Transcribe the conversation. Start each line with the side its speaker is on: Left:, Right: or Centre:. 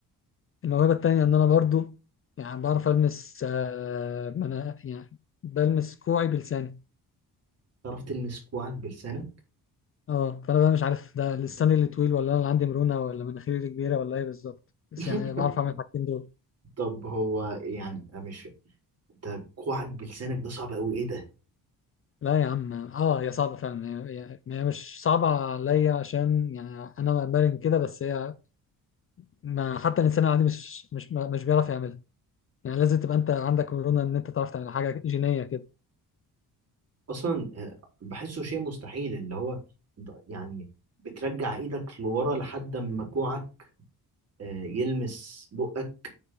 Left: الموهبة التانية إن أنا برضو يعني بعرف ألمس آه منا... يعني بلمس كوعي بلساني
Right: تعرف تلمس كوعك بلسانك
Left: اه فانا بقى مش عارف ده لساني اللي طويل ولا انا اللي عندي مرونه ولا مناخيري اللي كبيره ولا ايه بالظبط بس
Right: <laughs>
Left: يعني بعرف اعمل الحاجتين دول
Right: طب هو يعني مش انت كوعك بلسانك ده صعب قوي ايه ده
Left: لا يا عم اه هي صعبه فعلا هي هي- هي مش صعبه عليا عشان يعني انا مرن كده بس هي ما حتى الانسان العادي مش مش ما- مش بيعرف يعملها يعني لازم تبقى انت عندك مرونه ان انت تعرف تعمل حاجه جينيه كده
Right: اصلا آه، بحسه شيء مستحيل اللي هو ده- يعني بترجع ايدك لورا لحد ما كوعك آه، يلمس بقك